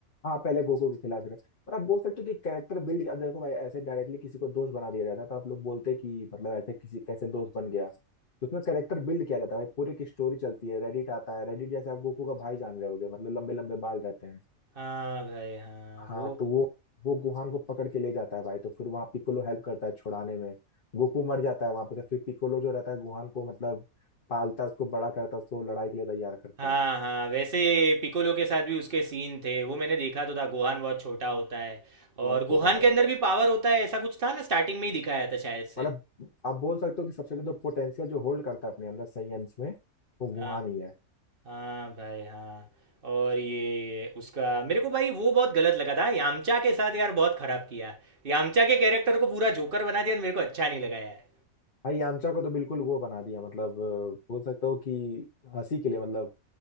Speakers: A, on the left; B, on the right.
A: हाँ पहले गोकू के खिलाफ रहे पर आप बोल सकते हो कि कैरेक्टर बिल्ड अब देखो भाई ऐसे डायरेक्टली किसी को दोस्त बना दिया जाता है तो आप लोग बोलते कि मतलब ऐसे किसी कैसे दोस्त बन गया तो उसमें कैरेक्टर बिल्ड किया जाता है भाई पूरी की स्टोरी चलती है रेडिट आता है रेडिट जैसे आप गोकू का भाई जान रहे होगे मतलब लंबे लंबे बाल रहते हैं
B: हाँ भाई हाँ
A: हाँ
B: वो
A: तो वो वो गुहान को पकड़ के ले जाता है भाई तो फिर वहाँ पिकोलो हेल्प करता है छुड़ाने में गोकू मर जाता है वहां पे तो फिर पिकोलो जो रहता है गुहान को मतलब पालता है उसको बड़ा करता है उसको लड़ाई के लिए तैयार करता
B: हाँ
A: है
B: हाँ वैसे पिकोलो के साथ भी उसके सीन थे वो मैंने देखा तो था गोहान बहुत छोटा होता है
A: गुहान
B: और
A: छोटा
B: गोहान
A: होता
B: के
A: है
B: अंदर भी पावर होता है ऐसा कुछ था ना स्टार्टिंग में ही दिखाया था शायद से
A: मतलब आप बोल सकते हो कि सबसे ज्यादा पोटेंशियल जो होल्ड करता है अपने अंदर सही अंश में वो गुहान
B: हाँ
A: ही है
B: हाँ भाई हाँ और ये उसका मेरे को भाई वो बहुत गलत लगा था यामचा के साथ यार बहुत खराब किया यामचा के कैरेक्टर को पूरा जोकर बना दिया और मेरे को अच्छा नहीं लगा यार
A: भाई यामचा को तो बिल्कुल वो बना दिया मतलब अ, बोल सकते हो कि हंसी के लिए मतलब